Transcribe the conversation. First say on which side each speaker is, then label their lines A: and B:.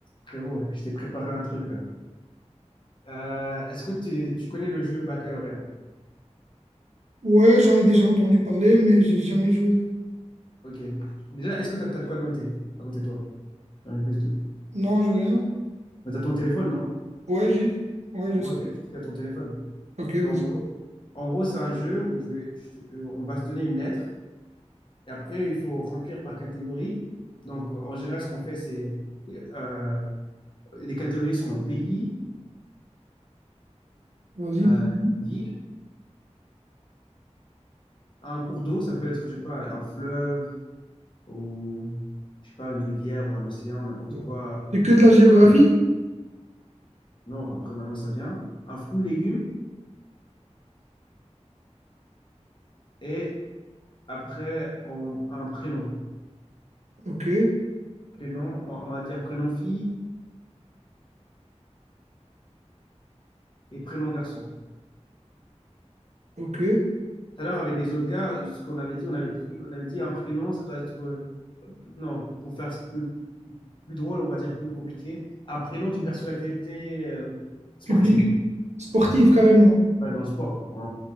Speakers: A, on the left (about 45°); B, on the right (about 70°).
A: Frérot, je t'ai préparé un truc là. Euh, est-ce que tu, tu connais le jeu baccalauréat?
B: Ouais, j'en ai déjà entendu parler, mais j'ai jamais joué.
A: Ok. Déjà, est-ce que t'as, t'as de quoi de noter à côté de toi? Sur une ps de.
B: Non, j'ai rien.
A: Mais t'as ton téléphone, non?
B: Ouais, j'ai. Ouais, je
A: Ouais,
B: sais.
A: Ok, tu as ton téléphone.
B: Ok, vas-y.
A: Bon, en gros, en gros, c'est un jeu où je vais, je te- euh, on va se donner une lettre et après, il faut remplir par catégorie. Donc, euh, en général, ce qu'on fait, c'est euh, les catégories seront pays,
B: Vas-y.
A: euh,
B: public.
A: ville, un cours d'eau, ça peut être, je sais pas, un fleuve ou, je sais pas, une rivière ou un océan, n'importe
B: Ouais.
A: quoi.
B: C'est que de la géographie?
A: Non, après maintenant ça vient. Un fruit, légume et après on, un prénom.
B: Ok,
A: Prénom, on, on va dire prénom fille et prénom garçon.
B: ok.
A: Tout à l'heure avec les autres gars, ce qu'on avait dit, on avait pris, on avait dit un prénom, ça doit être euh, non pour faire plus, plus drôle, on va dire plus compliqué, un prénom d'une personnalité euh, sportive.
B: Public. Sportif, carrément.
A: Ouais, dans le sport. On,